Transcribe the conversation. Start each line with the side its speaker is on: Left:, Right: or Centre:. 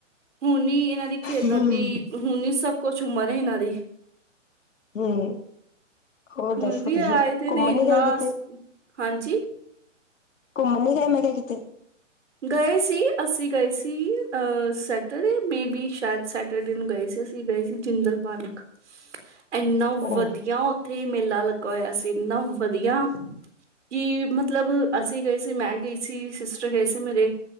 Right: ਹੁਣ ਇਹਨਾਂ ਦੀ ਖੇਲਣ
Left: ਹਮ
Right: ਦੀ ਹੁਣ ਸਭ ਕੁਛ ਉਮਰ ਇਹਨਾਂ ਦੀ
Left: ਹੂੰ ਹੋਰ
Right: ਹੁਣ
Left: ਦੱਸੋ
Right: ਵੀ
Left: ਤੁਸੀਂ
Right: ਆਏ ਦੇ ਨੇ
Left: ਘੁੰਮਣ
Right: ਇੰਨਾ
Left: ਨੀ ਗਏ ਕਿਤੇ
Right: ਹਾਂਜੀ
Left: ਘੁੰਮਣ ਨੀ ਗਏ ਮੈਂ ਕਿਆ ਕਿਤੇ
Right: ਗਏ ਸੀ ਅਸੀਂ ਗਏ ਸੀ ਅ ਸੈਟਰਡੇ ਮੇ ਬੀ ਸ਼ਾਇਦ ਸੈਟ ਨੂੰ ਗਏ ਸੀ ਅਸੀਂ ਗਏ ਸੀ ਜਿੰਦਲ ਪਾਰਕ ਇਨਾ
Left: ਉਹ
Right: ਵਧੀਆ ਉੱਥੇ ਮੇਲਾ ਲੱਗਾ ਹੋਇਆ ਸੀ ਇੰਨਾ ਵਧੀਆ ਕਿ ਮਤਲਬ ਅਸੀਂ ਗਏ ਸੀ ਮੈਂ ਗਈ ਸੀ ਸਿਸਟਰ ਗਏ ਸੀ। ਮੇਰੇ